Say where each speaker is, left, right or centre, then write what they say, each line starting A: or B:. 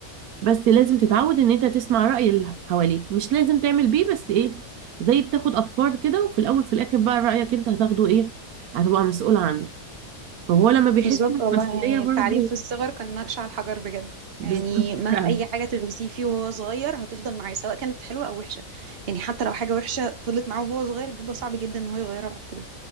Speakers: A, on the right (about 75°); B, on the right (about 45°).
A: بس لازم تتعود ان انت تسمع رأي اللي حواليك مش لازم تعمل بيه بس ايه زي بتاخد افكار كده وفي الاول في الاخر بقى رأيك انت هتاخده ايه هتبقى مسؤول عنه فهو لما بيحس
B: بالظبط
A: بالمسؤولية
B: والله يعني
A: برضه
B: التعليم في الصغر كان نقش على الحجر بجد
A: بالظبط
B: يعني ما
A: <laughs> فعلا
B: اي حاجه تغرسيه فيه وهو صغير هتفضل معاه سواء كانت حلوه او وحشه يعني حتى لو حاجه وحشه فضلت معاه وهو صغير بيبقى صعب جدا ان هو يغيرها بعد كده